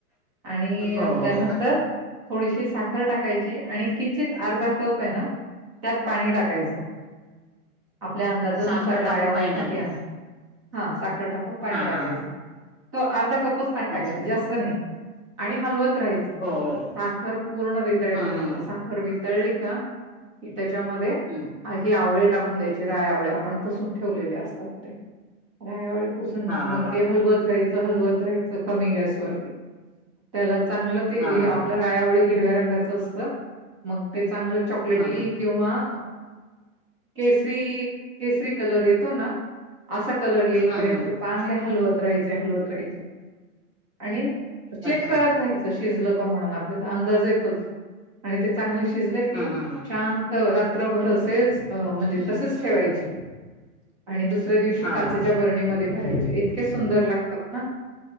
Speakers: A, on the right; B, in the centre.
A: आणि
B: हो हो
A: त्यानंतर
B: हो
A: थोडीशी साखर टाकायची आणि किंचित अर्धा कप आहे ना त्यात पाणी टाकायचं आपल्या अंदाजानुसार
B: साखर
A: रायआवळे
B: टाकून पाणी
A: किती
B: टाकायचं
A: आहेत हा साखर टाकून पाणी
B: हा
A: टाकायचं.
B: हा हा
A: त अर्धा कपच पाणी टाकायचं
B: अच्छा
A: जास्त नाही आणि हलवत राहायचं
B: हो हो
A: साखर पूर्ण वितळेपर्यंत
B: हम्म हम्म
A: साखर वितळली का कि त्याच्यामध्ये
B: हम्म
A: ही आवळी टाकून द्यायची राय आवळे आपण पुसून ठेवलेले असतात ते राय आवळे पुसून
B: हा हा
A: मग
B: हा
A: ते हलवत राहायचं, हलवत राहायचं कमी गॅस वर त्याला चांगलं ते
B: हा हा
A: आपल्या
B: हा हम्म
A: रायावे हिरव्या रंगाचं असतं मग ते चांगलं चॉकलेटी
B: हम्म
A: किवा केसरी केसरी कलर येतो ना असा कलर येईपर्यंत
B: हम्म हम्म
A: चांगले हलवत राहायचे हलवत राहायचे आणि चेक
B: अच्छा
A: करत
B: हम्म
A: राहायचे शिजलं का म्हणून आपल्याला अंदाज येतोच आणि ते चांगलं शिजलं की
B: हम्म हम्म
A: शांत त रात्रभर अस म्हणजे तसच ठेवायचे आणि दुसऱ्या दिवशी
B: हा
A: काचेच्या
B: हा
A: बरणीमध्ये भरायचे इतके सुंदर लागतात ना.